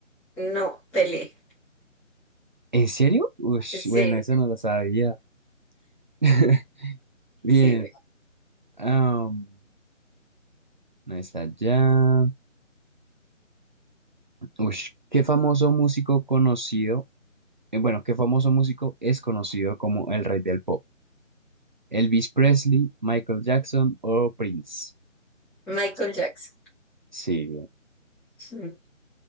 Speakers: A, in the centre; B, on the right (about 35°).
A: No, Pelé.
B: ¿En serio? Ush,
A: Sí,
B: bueno, esa no la sabía. <laughs> Bien.
A: sí.
B: am, no está ya. Ush, ¿qué famoso músico conocido? eh, bueno, ¿qué famoso músico es conocido como el rey del pop? ¿Elvis Presley, Michael Jackson o Prince?
A: Michael Jackson.
B: Sí,
A: <laughs>